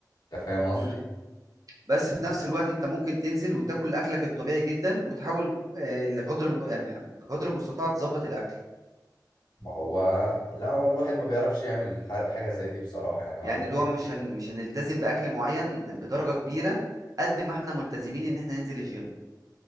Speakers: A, on the left; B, on the right.
A: أنت فاهم قصدي؟
B: مم. بس في نفس الوقت انت ممكن تنزل وتاكل اكلك الطبيعي جدا وتحاول آه، لقدر م... يعني بح- بقدر المستطاع تظبط الاكل
A: ما هو لا هو الواحد ما بيعرفش يعمل ح- حاجة زي دي بصراحة يعني هو
B: يعني
A: الواحد
B: اللي هو مش هن... مش هنلتزم باكل معين بدرجه كبيره قد ما احنا ملتزمين ان احنا ننزل الجيم